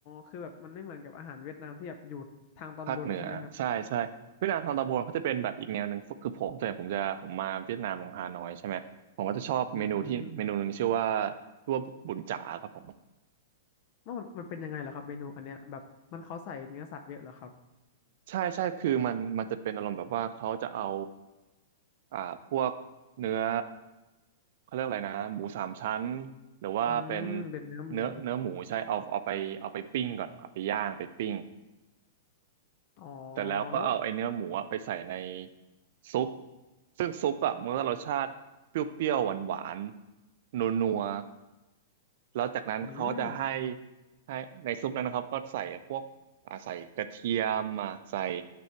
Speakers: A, on the left (about 45°); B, on the right (about 60°).
A: คือแบบมันไม่เหมือนกับอาหารเวียดนามที่แบบอยู่ทางตอนบนใช่ไหมครับ
B: ภาคเหนือใช่ใช่เวียดนามทางตะบนกาจะเป็นแบบอีกแนวหนึ่งคือผมแต่ผมจะผมมาเวียดนามลงฮานอยใช่ไหมผมก็จะชอบเมนูที่เมนูหนึ่งชื่อว่า
A: อืม
B: ตัวบุญจ๋าครับผม
A: ว่ามันมันเป็นยังไงเหรอครับเมนูอันเนี้ยแบบมันเขาใส่เนื้อสัตว์เยอะเหรอครับ
B: ใช่ใช่คือมันมันจะเป็นอารมณ์แบบว่าเขาจะเอาอ่าพวกเนื้อเขาเรียกอะไรนะหมูสามชั้นหรือว่าเป็น
A: อืม เป็นเนื้อหมู
B: เนื้อเนื้อหมูใช่เอาเอาไปเอาไปปิ้งก่อนเอาไปย่างไปปิ้ง
A: อ๋อ
B: เสร็จแล้วก็เอาไอเนื้อหมูอะไปใส่ใน
A: แล้ว
B: ซุปซึ่งซุปอะมันก็รสชาติเปรี้ยวๆหวานๆนัวๆแล้วจากนั้นเขาจะให้
A: อืม
B: ให้ในซุปนั้นนะครับก็ใส่พวกอ่าใส่กระเทียมอ่ะใส่